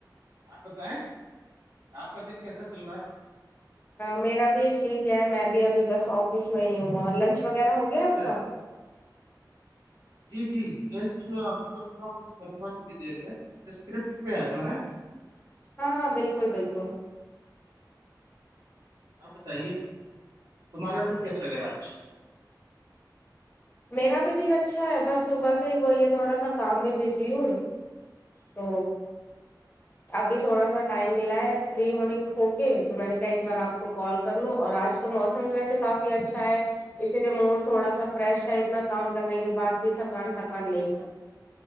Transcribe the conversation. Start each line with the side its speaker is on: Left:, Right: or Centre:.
Right: آپ بتائیں آپ کا دن کیسا چل رہا ہے
Left: میرا بھی ٹھیک ہے میں بھی ابھی بس آفس میں ہی ہوں اور لنچ وغیرہ ہو گیا
Right: اچھا
Left: آپ کا
Right: جی جی لنچ ابھی تو لگا بس کروں گا تھوڑی دیر میں اسکرپٹ پہ آ جا ہے
Left: ہاں ہاں بالکل بالکل
Right: آپ بتائیے تمہارا دن کیسا گیا آج
Left: میرا بھی دن اچھا ہے بس صبح سے ہی وہ یہ تھوڑا سا کام میں بزی ہوں تو ابھی تھوڑا سا ٹائم ملا ہے فری ہونے ہو کے تو میں نے کہا ایک بار آپ کو کال کر لو اور آج تو موسم بھی ویسے کافی اچھا ہے اسی لیے موڈ تھوڑا سا فریش شاہ اتنا کام کرنے کے بعد بھی تھکان تھکان نہیں ہے